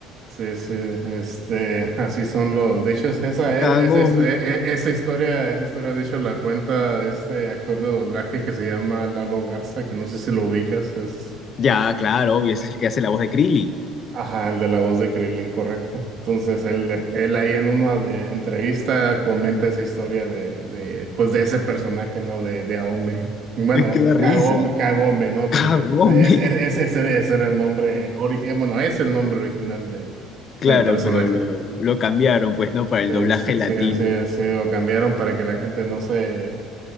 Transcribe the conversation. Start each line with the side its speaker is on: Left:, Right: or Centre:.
Right: sí, sí, este, así son los, de hecho, es- esa,
Left: Cagome.
Right: es- esa, histo- e- e- esa historia, esa historia, de hecho, la cuenta este actor de doblaje que se llama Lalo Garza, que no sé si lo ubicas, es...
Left: Ya, claro, obvio, ese es el que hace la voz de Krillin.
Right: Ajá, el de la voz de Krillin, correcto. Entonces, él, él ahí en una de- entrevista comenta esa historia de, de, pues, de ese personaje, ¿no? De, de Aome. Bueno,
Left: Es que da risa.
Right: Kagome, Kagome, ¿no?
Left: Ah,
Right: Porque
Left: Gómez.
Right: pues, es- es- es- ese, era, ese era el nombre original, bueno, es el nombre original del,
Left: Claro,
Right: del personaje.
Left: pero lo, lo cambiaron, pues no, para el
Right: Sí,
Left: doblaje
Right: sí,
Left: latino.
Right: sí, sí, sí, lo cambiaron para que la gente no se,